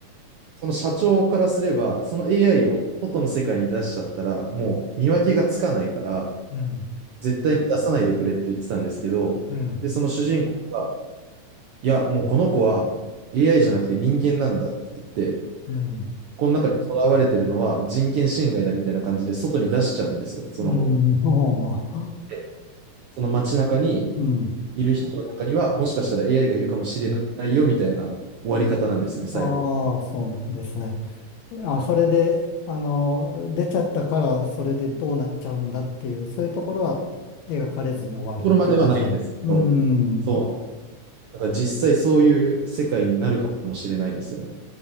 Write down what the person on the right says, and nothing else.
その社長からすれば、その AI を外の世界に出しちゃったら、もう見分けがつかないから、
絶対に出さないでくれって言ってたんですけど、
で、その主人公が、いや、もうこの子は AI じゃなくて人間なんだって言って、
この中に囚われてるのは人権侵害だみたいな感じで外に出しちゃうんですよ、その子。
でその街中に
いる人の中には、もしかしたら AI がいるかもしれないよみたいな終わり方なんですね、最後。
ところまではないんですけど、
そう。だから実際そういう世界になるかもしれないですよね。